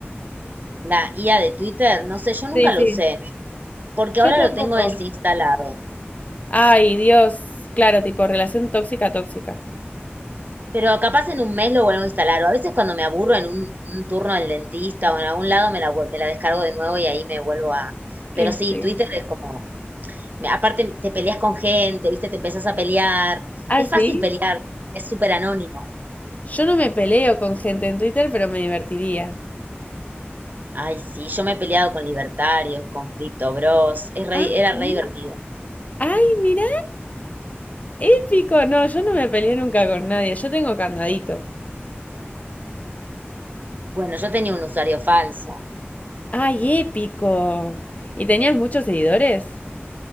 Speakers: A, on the right; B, on the left.
A: La IA de Twitter, no sé, yo nunca
B: Sí, sí.
A: lo usé porque
B: Yo
A: ahora
B: tampoco.
A: lo tengo desinstalado.
B: Ay, Dios. Claro, tipo relación tóxica, tóxica.
A: Pero capaz en un mes lo vuelvo a instalar. O a veces cuando me aburro en un, un turno del dentista o en algún lado me la, vuel- me la descargo de nuevo y ahí me vuelvo a...
B: Y
A: Pero sí,
B: sí.
A: Twitter es como... me- Aparte te peleas con gente, ¿viste? Te empezás a pelear.
B: Ah,
A: Es
B: sí.
A: fácil pelear, es súper anónimo.
B: Yo no me peleo con gente en Twitter, pero me divertiría.
A: Ay, sí, yo me he peleado con libertarios, con Crypto Bros. Es re-
B: Ah,
A: era
B: sí.
A: re divertido.
B: ¡Ay, mirá! ¡Épico! No, yo no me peleé nunca con nadie. Yo tengo candadito.
A: Bueno, yo tenía un usuario falso.
B: ¡Ay, épico! ¿Y tenías muchos seguidores?